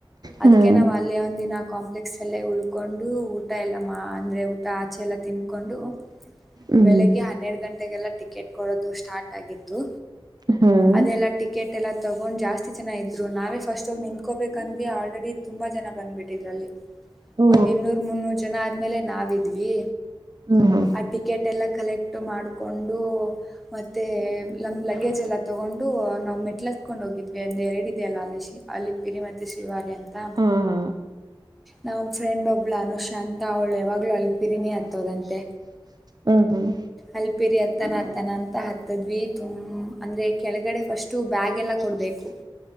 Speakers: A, in the centre; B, on the right.
A: ಅದ್ನಾವ್
B: ಹಾ
A: ಅಲ್ಲಿ ಒಂದ ದಿನ ಕಾಂಪ್ಲೆಕ್ಸ್ ಅಲ್ಲೇ ಉಳ್ಕೊಂಡು ಊಟ ಎಲ್ಲ ಅಂದ್ರೆ ಊಟ ಆಚೆ ಎಲ್ಲ ತಿನ್ ಕೊಂಡು
B: ಹ್ಮ್
A: ಬೆಳಿಗ್ಗೆ ಹನ್ನೆರಡು ಗಂಟೆಗೆಲ್ಲ ಟಿಕೆಟ್ ಕೊಡೋದು ಸ್ಟಾರ್ಟ್ ಆಗಿತ್ತು
B: ಹ್ಮ್
A: ಅದೆಲ್ಲಾ ಟಿಕೆಟ್ ಎಲ್ಲ ತಗೊಂಡ್ ಜಾಸ್ತಿ ಜನ ಇದ್ರು ನಾವೇ ಫಸ್ಟು ಮಿಂ ಕೋಬೇಕಂದ ಆಲ್ರೆಡಿ ತುಂಬಾ ಜನ ಬಂದ್ಬಿಟ್ಟಿದ್ರಲ್ಲಿ
B: ಓ
A: ಒಂದ್ ಇನ್ನೂರ್ ಮುನ್ನೂರು ಜನ ಆದ್ಮೇಲೆ ನಾವ ಇದ್ವಿ
B: ಹ್ಮ ಹಾ
A: ಆ ಟಿಕೆಟ್ ಎಲ್ಲ ಕಲೆಕ್ಟ್ ಮಾಡಿಕೊಂಡು ಮತ್ತೆ ನಮ್ಮ ಲಗೇಜ್ ಎಲ್ಲ ತಗೊಂಡು ನಾವು ಮೆಟ್ಲ ಹತ್ಕೊಂಡು ಹೋಗಿದ್ವಿ ಒಂದ ಎರಡು ಇದೆಯ ಅಲ್ಲ ಅಲಿಸಿ ಅಲ್ಲಿ ಪಿರಿ ಮತ್ತೆ ಶಿವಾರಿ ಅಂತ ಹತ್ತ
B: ಹಾ ಹಾ
A: ನಮ್ಮ ಫ್ರೆಂಡ್ ಒಬ್ಳು ಅನುಷ್ ಅಂತ ಅವಳು ಯಾವಾಗ್ಲೂ ಅಲ್ಲಿಪಿರಿನಿ ಹತ್ತೋದಂತೆ
B: ಹ್ಮ್ ಹ್ಮ್
A: ಅಲ್ಪೇರಿ ಅತ್ತನ ಅತ್ತನ ಅಂತ ಹತ್ತದ್ವಿ ತುಂಬ ಅಂದ್ರೆ ಕೆಳಗಡೆ ಫಸಬ್ಯಾಗ್ ಎಲ್ಲ ಕೊಡ್ಬೇಕು